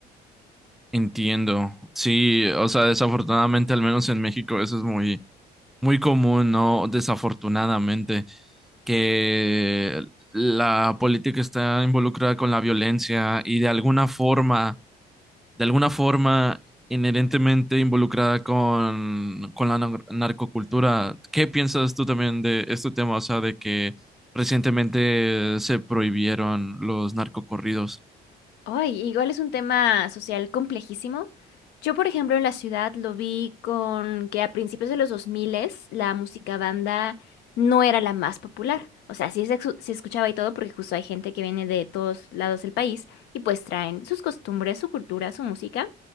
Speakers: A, in the centre; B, on the left.
A: Entiendo. Sí, o sea, desafortunadamente, al menos en México, eso es muy, muy común, ¿no? Desafortunadamente, que la política está involucrada con la violencia y de alguna forma de alguna forma inherentemente involucrada con, con la nar- narcocultura. ¿Qué piensas tú también de este tema? O sea, de que recientemente se prohibieron los narcocorridos.
B: Ay, igual es un tema social complejísimo. Yo, por ejemplo, en la ciudad lo vi con que a principios de los 2000 la música banda no era la más popular. O sea, sí se, exu- se escuchaba y todo porque justo hay gente que viene de todos lados del país y pues traen sus costumbres, su cultura, su música